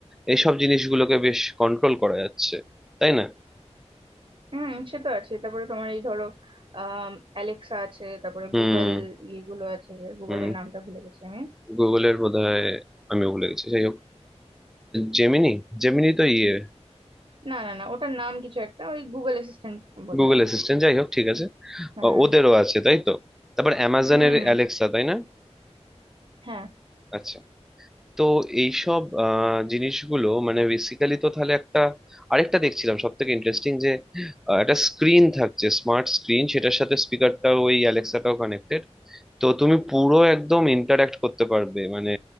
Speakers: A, in the centre; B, on the right (about 50°).
A: এইসব জিনিসগুলোকে বেশ কন্ট্রোল করা যাচ্ছে তাই না
B: হুম সে তো আছে তারপরে তোমার এই ধরো আহ অ্যালেক্সা আছে তারপরে
A: হুম
B: গুগল ইয়েগুলো আছে যে গুগলের
A: হুম
B: নামটা ভুলে গেছি আমি
A: গুগলের বোধহয় আমিও ভুলে গেছি যাই হোক জেমিনি জেমিনি তো ইয়ে
B: না না না ওটার নাম কিছু একটা ওই গুগল অ্যাসিস্ট্যান্ট বোধ
A: গুগল
B: হয়
A: অ্যাসিস্ট্যান্ট যাই হোক ঠিক আছে
B: হ্যাঁ
A: ও- ওদেরও আছে তাই তো তারপর অ্যামাজনের
B: হুম
A: অ্যালেক্সা তাই না
B: হ্যাঁ
A: আচ্ছা তো এইসব আহ, জিনিসগুলো মানে বেসিক্যালি তো তাহলে একটা আরেকটা দেখছিলাম সব থেকে ইন্টারেস্টিং যে আহ, একটা স্ক্রিন থাকছে স্মার্ট স্ক্রিন সেটার সাথে স্পিকারটাও ওই অ্যালেক্সাটাও কানেক্টেড তো তুমি পুরো একদম ইন্টারাক্ট করতে পারবে মানে